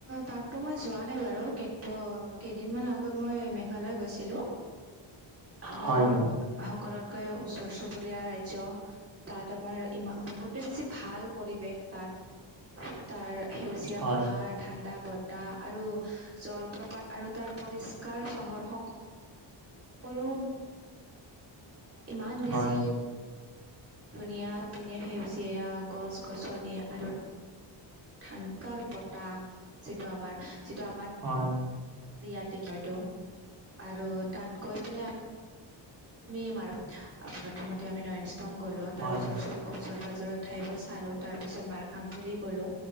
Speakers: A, on the right; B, on the right.
A: তাতো মই যোৱা নাই বাৰু কিন্তু কেইদিনমান আগত মই মেঘালয় গৈছিলো। আমাৰ
B: হয় ন
A: সকলোতকৈ ওচৰ-চুবুৰীয়া ৰাজ্য তাত আমাৰ ইমান বহুতে বেছি ভাল পৰিৱেশ তাত, তাৰ সেউজীয়া
B: হয়
A: পাহাৰ, ঠাণ্ডা বটাহ আৰু জলপ্ৰপাত আৰু তাৰ পৰিষ্কাৰ চহৰ স সকলো ইমান বেছি
B: হয়
A: ধুনীয়া সিপিনে সেউজিয়ীয়া গছ-গছনি আৰু ঠানকাৰ বতাহ যিটো আমাৰ যিটো আমাৰ
B: হয়।
A: ইয়াত <unintelligible> আৰু তাত গৈ পেলাই আমি আমিমাৰ প্ৰথমতে আমি নয়নষ্টং গ'লো তাৰ
B: হয়
A: ওচৰ চব ওচৰ-পাজৰ ঠাইব চালো, তাৰ পিছত মাৰখাম ফেৰি গলো